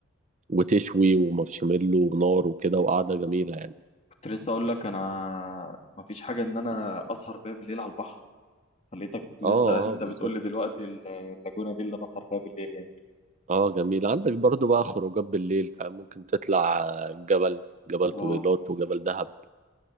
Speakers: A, on the right (about 35°); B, on the left (about 35°).
A: وتشوي ومارشميلو ونار وكده وقعدة جميلة يعني
B: كنت لسه اقول لك انا ما فيش حاجه ان انا اسهر بيها بالليل على البحر فلقيتك لسه
A: اه
B: <laughs>
A: اه
B: انت
A: بالظبط
B: بتقول لي دلوقتي ال- اللاجونه دي اللي انا اسهر فيها بالليل يعني
A: اه جميل عندك برضو بقى خروجات بالليل فاهم ممكن تطلع آه، جبل جبل طويلات
B: اه
A: وجبل دهب